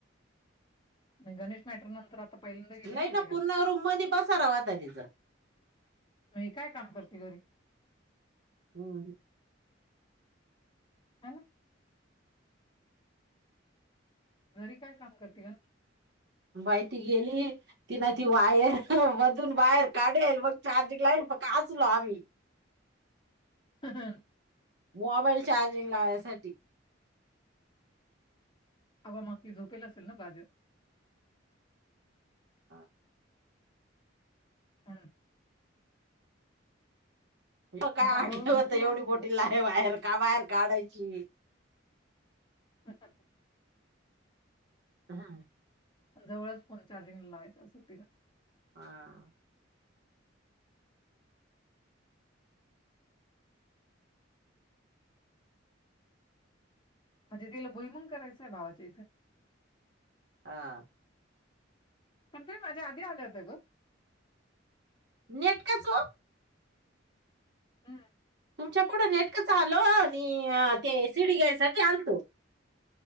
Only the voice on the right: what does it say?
नाही
ना
पूर्ण रूम मध्ये बसाारा वाता तिच.
हम्
माहिती गेली. ति ना ती वायर मधून वायर काढेल मग चार्जिंग लाईल मगचलो आम्ही
Mobile charging लावयसाठी.
हा.
म काय
आणलं
होत
एवढी
बोटी
ला आहे बाहेर का बाहेर काढायची.
हा.
हा.
हा.
नेट कच व.
तुमच्या पुढं नेटकच आलो आणि ते ए सीडी गॅससाठीठी आलतो.